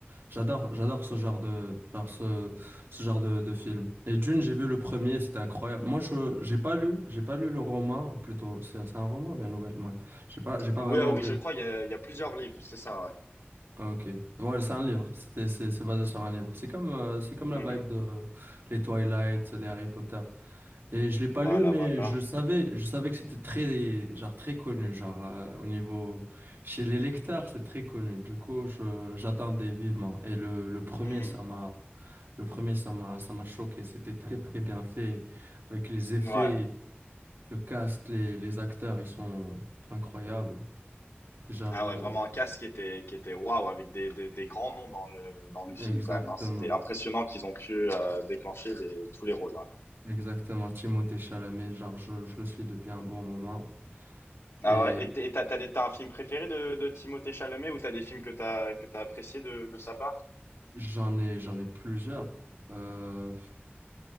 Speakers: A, on the right (about 65°); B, on the left (about 85°).
A: J'adore, j'adore ce genre de, genre ce, ce genre de, de film. Et Dune, j'ai vu le premier, c'était incroyable. Moi, je, j'ai pas lu, j'ai pas lu le roman, plutôt. C'est, c'est un roman ou bien une nouvelle? Ouais. J'ai pas, j'ai pas
B: Oui,
A: vraiment
B: euh, oui,
A: lu.
B: je crois, il y a, il y a plusieurs livres, c'est ça, ouais.
A: Ah, ok. Ouais, c'est un livre. C'était, c'est, c'est basé sur un livre. C'est comme, euh, c'est comme la
B: Mhm.
A: vibe de euh, les Twilight, les Harry Potter. Et je l'ai pas
B: Voilà,
A: lu, mais
B: voilà.
A: je savais, je savais que c'était très, genre très connu, genre euh, au niveau chez les lecteurs, c'est très connu. Du coup, je, j'attendais vivement. Et le, le premier,
B: Mhm.
A: ça m'a le premier, ça m'a, ça m'a choqué. C'était très, très bien fait. Avec les effets,
B: Ouais.
A: le cast, les, les acteurs, ils sont incroyables. Déjà, le...
B: Ah ouais, vraiment un cast qui était, qui était waouh, avec des, des, des grands noms dans le, dans le film
A: exactement.
B: quand même. hein. C'était impressionnant qu'ils ont pu euh, déclencher les, tous les rôles. ouais.
A: Exactement. Timothée Chalamet, genre, je, je le suis depuis un bon moment.
B: Ah
A: Et
B: ouais, et t'es- et t'as, t'as, des- t'as un film préféré de, de Timothée Chalamet ou t'as des films que t'as, que t'as apprécié de, de sa part?
A: j'en ai, j'en ai plusieurs. Euh...